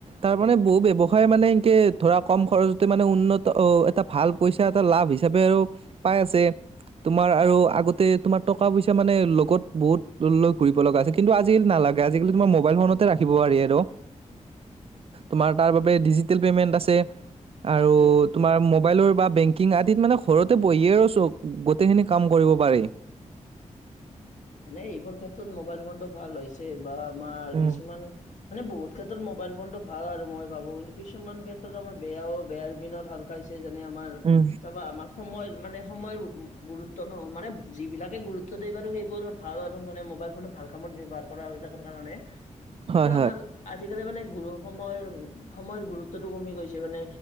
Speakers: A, on the right; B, on the left.
A: তাৰমানে, বহু ব্যয়ৱসায় মানে, এনকে ধৰা, কম খৰচতে মানে উন্নত অ'! এটা। ভাল পইচা এটা লাভ হিচাপে আৰু পাই আছে। তোমাৰ আৰু আগতে, তোমাৰ টকা-পইচা মানে, লগত বহুত লৈ ঘূৰিব লগা আছে। কিন্তু, আজিকালি নালাগে। আজিকালি তোমাৰ মোবাইল ফোনতে ৰাখিব পাৰি আৰু। তোমাৰ তাৰ বাবে ডিজিটেল পেমেন্ট আছে। আৰু
B: উম
A: তোমাৰ মবাইলৰ বা বেং কিং আদিত মানে ঋণ, ঘৰতে বহিয়ে আৰু চব, গোটেইখিনি কাম কৰিব পাৰি।
B: মানে, এইবোৰ ক্ষেত্ৰত মোবাইল ফোনটো ভাল হৈছে। বা আমাৰ
A: উম,
B: কিছুমান, মানে, বহুত ক্ষেত্ৰত মোবাইল ফোনটো ভাল আৰু মই ভাবোঁ! কিন্তু, কিছুমান ক্ষেত্ৰত আমাৰ বেয়াও। বেয়াৰ পিনত <unintelligible> ছে। যেনে আমাৰ,
A: উম, উম,
B: চাবা আমাৰ, সময় মানে, সময়ৰ গুৰুত্ব ন'! মানে, যিবিলাকে গুৰু ত্ব দিয়ে বাৰু সেইবোৰ, ভাল আৰু মানে। মোবাইল ফোনটো ভাল কামত ব্যৱহাৰ কৰা হয়, এইবিলাকৰ কাৰণে। কিন্তু,
A: হয়।
B: আমাৰ আজিকালি মানে, গুৰু সময়ৰ, উম, সময়ৰ গুৰুত্বটো কমি গৈছে মানে।